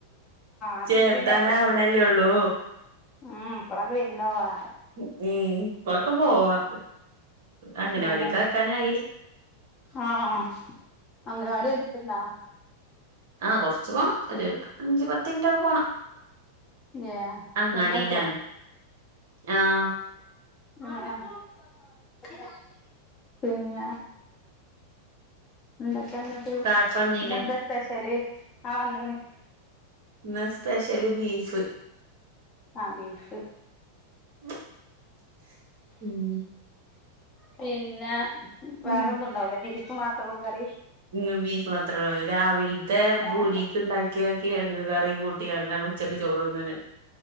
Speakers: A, on the left; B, on the right.
A: അനക്ക്
B: ചേർത്താനാവണല്ലേയുള്ളൂ
A: പിന്നെ എപ്പളും ഉം എപ്പളക്കു വിരുന്ന് പോകാ
B: ഉം ഇപ്പൊക്കെ പോവാ അംഗനവാടിക്ക്
A: അതാണ്
B: ആക്കാനായി
A: ആഹ് ആഹ് അംഗനവാടി അടുത്തിണ്ട
B: ആഹ് കൊറച്ച് പോണം ഒരു അഞ്ചു പത്ത് മിനിറ്റൊക്കെ പോണം
A: ഏഹ്
B: അങ്ങാടിയിലാണ്
A: കൊണ്ടാക്കോ
B: ആഹ്
A: ആഹ് ആഹ് പിന്ന എന്തൊക്കെന്നിട്ട്
B: കാക്ക വന്നീല്ലേ
A: ഇന്നെന്താ സ്പെഷ്യല് ആ വന്നിക്ക്ണ്
B: ഇന്ന് സ്പെഷ്യല് ബീഫ്
A: ആഹ് ബീഫ്
B: <inaudible> ഉം
A: പിന്ന വേറൊന്നും
B: ഉം
A: ഉണ്ടാവൂല ബീ ഫു മാത്രൂള്ളു കറി
B: ഇന്ന് ബീഫ് മാത്ര ഉള്ളൂ രാവിൽത്തെ ബൂരിക്കെ
A: ഏഹ്
B: ഉണ്ടാക്കി ക്കിയാക്കി ആരുന്നു കറിയും കൂട്ടി അണ്ണന് ഉച്ചക്ക് ചോറുണ്ണന്